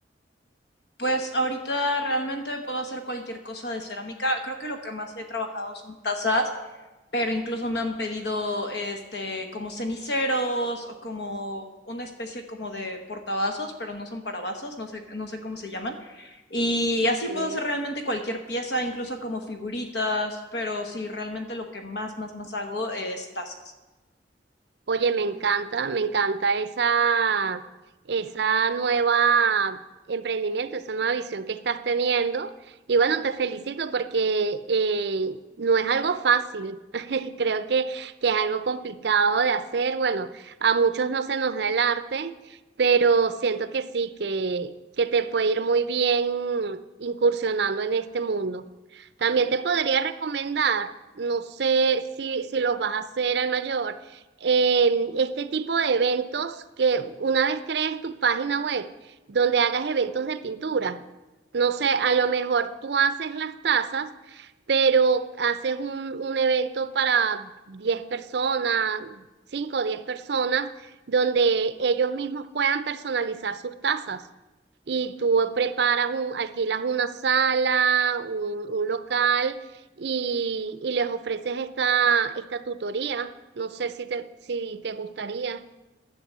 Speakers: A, on the left; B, on the right.
A: Pues ahorita realmente puedo hacer cualquier cosa de cerámica. Creo que lo que más he trabajado son tazas pero incluso me han pedido este como ceniceros o como una especie como de portavasos, pero no son para vasos, no sé, no sé cómo se llaman. Y
B: ok.
A: así puedo hacer realmente cualquier pieza, incluso como figuritas, pero sí, realmente lo que más, más, más hago es tazas.
B: Oye, me encanta, me encanta esa, esa nueva emprendimiento, esa nueva visión que estás teniendo. Y bueno, te felicito porque eh, no es algo fácil. <laughs> Creo que, que es algo complicado de hacer. Bueno, a muchos no se nos da el arte, pero siento que sí, que, que te puede ir muy bien incursionando en este mundo. También te podría recomendar, no sé si, si los vas a hacer al mayor eh, este tipo de eventos que una vez crees tu página web donde hagas eventos de pintura. No sé, a lo mejor tú haces las tazas, pero haces un, un evento para 10 personas, 5 o 10 personas, donde ellos mismos puedan personalizar sus tazas. Y tú preparas un, alquilas una sala, un, un local y, y les ofreces esta, esta tutoría. No sé si te, si te gustaría.